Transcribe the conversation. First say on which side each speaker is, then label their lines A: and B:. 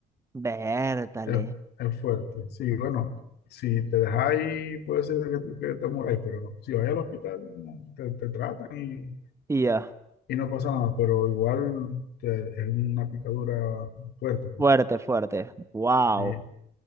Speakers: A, on the right; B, on the left.
A: Vértale.
B: Es, es fuerte. Sí, bueno, si te dejas ahí, puede ser que te, que te muráis, pero si vas al hospital, no, te, te tratan y,
A: Y ya.
B: y no pasa nada, pero igual te- es una picadura fuerte. pues.
A: Fuerte, fuerte. Wow.
B: Sí.